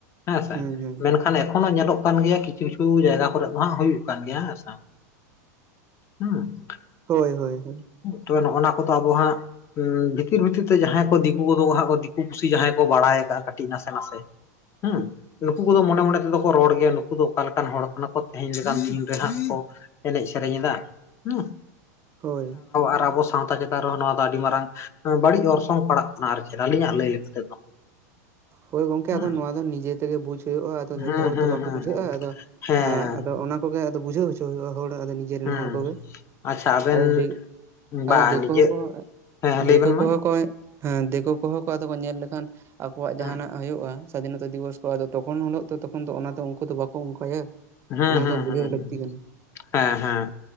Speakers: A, on the left; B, on the right.
A: ᱦᱮᱸᱥᱮ
B: ᱦᱩᱸ ᱦᱩᱸ
A: ᱢᱮᱱᱠᱷᱟᱱ ᱮᱠᱷᱚᱱᱳ ᱧᱮᱞᱚᱜ ᱠᱟᱱ ᱜᱮᱭᱟ ᱠᱤᱪᱷᱩ ᱠᱤᱪᱷᱩ ᱡᱟᱭᱜᱟ ᱠᱚᱨᱮ ᱫᱚ ᱦᱟᱜ ᱦᱩᱭᱩᱜ ᱠᱟᱱ ᱜᱮᱭᱟ ᱦᱮᱸᱥᱮ ᱦᱩᱸ
B: ᱦᱳᱭ ᱦᱳᱭ ᱦᱳᱭ
A: ᱛᱚᱵᱮ ᱱᱚᱜᱼᱱᱟ ᱠᱚᱫᱚ ᱟᱵᱚ ᱦᱟᱸᱜ ᱦᱩᱸ ᱵᱷᱤᱛᱤᱨ ᱵᱷᱤᱛᱤᱨ ᱛᱮ ᱡᱟᱦᱟᱸᱭ ᱠᱚ ᱫᱤᱠᱩ ᱠᱚᱫᱚ ᱦᱟᱸᱜ ᱠᱚ ᱫᱤᱠᱩ ᱯᱩᱥᱤ ᱡᱟᱦᱟᱸᱭ ᱠᱚ ᱵᱟᱲᱟᱭ ᱠᱟᱜᱼᱟ ᱠᱟᱹᱴᱤᱡ ᱱᱟᱥᱮ ᱱᱟᱥᱮ
B: <inaudible>
A: ᱦᱩᱸ ᱱᱩᱠᱩ ᱠᱚᱫᱚ ᱢᱚᱱᱮ ᱢᱚᱱᱮ ᱛᱮᱫᱚ ᱠᱚ ᱨᱚᱲ ᱜᱮᱭᱟ ᱱᱩᱠᱩ ᱫᱚ ᱚᱠᱟ ᱞᱮᱠᱟᱱ ᱦᱚᱲ ᱠᱟᱱᱟ ᱠᱚ ᱛᱮᱦᱮᱧ ᱞᱮᱠᱟᱱ ᱫᱤᱱ ᱨᱮᱦᱟᱸᱜ ᱠᱚ ᱮᱱᱮᱡ ᱥᱮ ᱥᱮᱨᱮᱧ ᱮᱫᱟ ᱦᱮᱸ
B: ᱦᱳᱭ
A: ᱟᱨ ᱟᱵᱳ ᱥᱟᱶ ᱛᱟ ᱪᱮᱛᱟᱱ ᱨᱮᱦᱚᱸ ᱱᱚᱣᱟ ᱫᱚ ᱟᱹᱰᱤ ᱢᱟᱨᱟᱝ ᱵᱟᱹᱲᱤᱡ ᱚᱨᱥᱚᱝ ᱯᱟᱲᱟᱜ ᱠᱟᱱᱟ ᱟᱨ ᱪᱮᱫ ᱟᱹᱞᱤᱧᱟᱜ ᱞᱟᱹᱭ ᱞᱮᱠᱟ ᱛᱮᱫᱚ
B: ᱦᱳᱭ ᱜᱚᱝᱠᱮ
A: ᱦᱮᱸ
B: ᱟᱫᱚ ᱱᱚᱣᱟ ᱫᱚ ᱱᱤᱡᱮ ᱛᱮᱜᱮ ᱵᱩᱡ ᱦᱩᱭᱩᱜᱼᱟ ᱟᱫᱚ ᱡᱷᱚᱛᱚ
A: ᱦᱮᱸ
B: ᱦᱚᱲ
A: ᱦᱮᱸ
B: ᱛᱚ ᱵᱟᱠᱚ
A: ᱦᱮᱸ
B: ᱵᱩᱡᱷᱟᱹᱜᱼᱟ ᱟᱫᱚ
A: ᱦᱮᱸ
B: ᱟᱫᱚ ᱚᱱᱟ ᱠᱚ ᱜᱮ ᱟᱫᱚ ᱵᱩᱡᱷᱟᱹᱣ ᱦᱚᱪᱚ ᱦᱩᱭᱩᱜᱼᱟ ᱦᱚᱲ ᱟᱫᱚ ᱱᱤᱡᱮᱨᱮᱱ
A: ᱦᱮᱸ
B: ᱦᱚᱲ ᱠᱚᱜᱮ
A: ᱟᱪᱪᱷᱟ ᱟᱵᱮᱱ
B: ᱟᱫᱚ ᱫᱮ ᱟᱫᱚ
A: ᱵᱟ
B: ᱫᱤᱠᱩ
A: ᱱᱤᱡᱮ
B: ᱠᱚ,
A: ᱦᱮᱸ ᱞᱟᱹᱭ
B: ᱫᱮᱠᱩ
A: ᱵᱮᱱ
B: ᱠᱚᱦᱚᱸ
A: ᱢᱟ
B: ᱠᱚ, ᱦᱮᱸ ᱫᱤᱠᱩ ᱠᱚᱦᱚᱸ ᱠᱚ ᱟᱫᱚ ᱠᱚ ᱧᱮᱞ ᱞᱮᱠᱷᱟᱱ ᱟᱠᱚᱣᱟᱜ
A: ᱦᱮᱸ
B: ᱡᱟᱦᱟᱸ ᱱᱟᱜ ᱦᱩᱭᱩᱜᱼᱟ ᱥᱟᱫᱷᱤᱱᱚᱛᱟ ᱫᱤᱵᱚᱥ ᱠᱚ ᱟᱫᱚ ᱛᱚᱠᱷᱚᱱ ᱦᱤᱞᱳᱜ ᱛᱚᱠᱷᱚᱱ ᱫᱚ ᱚᱱᱟ ᱩᱱᱠᱩ ᱫᱚ ᱵᱟᱠᱚ ᱚᱱᱠᱟᱭᱟ
A: ᱦᱮᱸ
B: ᱚᱱᱟ
A: ᱦᱮᱸ
B: ᱫᱚ ᱵᱩᱡᱷᱟᱹᱣ
A: ᱦᱮᱸ
B: ᱞᱟᱹᱠᱛᱤ ᱠᱟᱱᱟ
A: ᱦᱮᱸ ᱦᱮᱸ